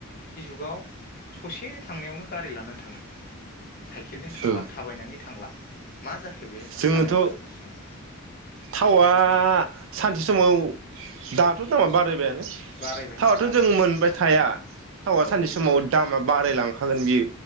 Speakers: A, on the left; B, on the right.
A: जुगाव ससे थांनायावनो गारि लानानै थाङो। साइकेलजों थांला
B: औ
A: थाबायनानै थांला। मा जाखो? बे
B: जोंनोथ'
A: सानो आं दा गोसो सिङाव
B: थावआ सानसे समाव दाथ' दामा बारायबायानो
A: बारायबाय
B: थावाथ'
A: नै दामा
B: जों मोनबाय
A: औ
B: थाया थावा
A: औ
B: सानसे समाव दामा बारायलांखायो। हागोन बियो